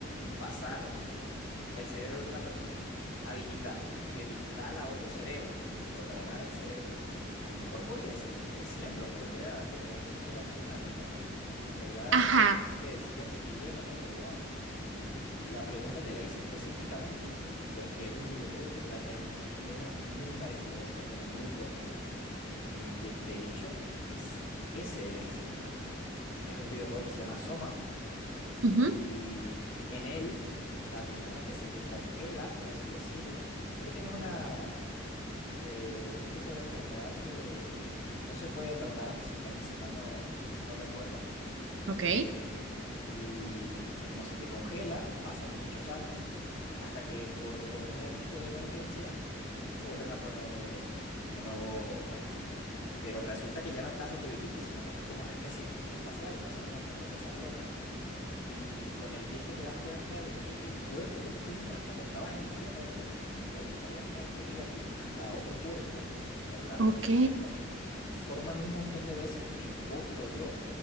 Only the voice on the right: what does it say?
ajá,
ujú,
ok,
ok.